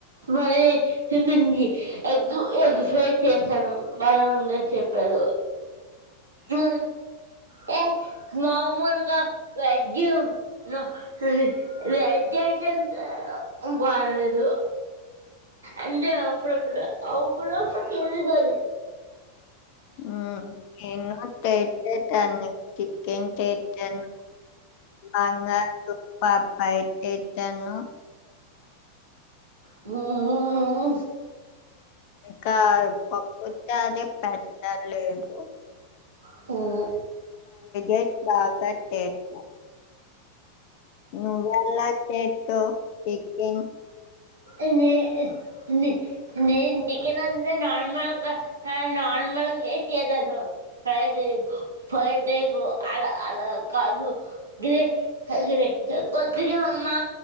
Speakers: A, on the right; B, on the left.
A: మరి ఏమైంది ఎగ్ ఎగ్ ఫ్రై చే సాను బాగానే ఉందని చెప్పారు మరి ఏ మాములుగా వెజ్ లో తుది వెజ్ డేట్ ఎంత బాగులేదు అంటే అప్పుడుప్పుడు అప్పుడప్పుడు తెలిదది
B: ఆ ఎంగాదు తెల్తది దాని చి ఇంకేంచేతనవ్ బంగారు పప్ బయటేతను
A: అ
B: ఇంకా పప్పు చారు పెట్టలేదు
A: తినను
B: ఎట్ల గటె ట్ల ను వెలా చేతవ్ చికెన్
A: అనే హాని నేను చికెన్ అంటే నార్మల్ గా ఒక హా నార్మ ల్ గా ఏసి చేతను ఫైరి ఫైడేకు అలా అలా కాదు గిది హల్గిరి కొద్దిగా మా